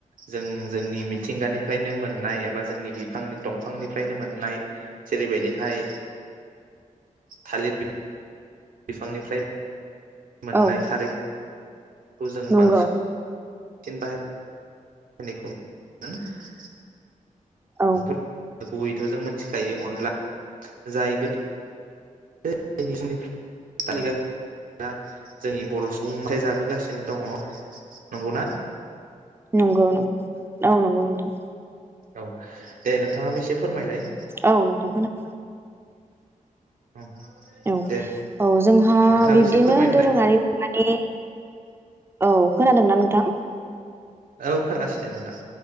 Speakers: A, on the right; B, on the right.
A: जों जोंनि मिथिंगानिफ्रायनो मोननाय एबा जोंनि बिफांनि दंफांनिफ्रायनो मोननाय जेरैबायदिहाय थालिर बिफांनिफ्राय मोननाय
B: औ
A: खारै खौ जों
B: नंगौ
A: बांसिन, थिनबाय <unintelligible>
B: औ
A: <unintelligible> गुबै बेखो जों मिथिखायो अनला जाय गोदो <unintelligible> फालिगासिना जोंनि बर' सुबुंआ जाबोगासिनो दङ नंगौना,
B: नंगौ औ नंगौ नोंथां
A: औ दे नोंथाङाबो एसे फोरमायलाय,
B: औ नोंथां खोना
A: ओं
B: औ
A: दे
B: औ जोंहा
A: नोंथाङाबो
B: बिब्दिनो
A: एसे फोरमायना होलाय
B: दोरोङारि मुगानि औ खोनादों ना नोंथां?
A: औ खोनागासिनो नोंथां,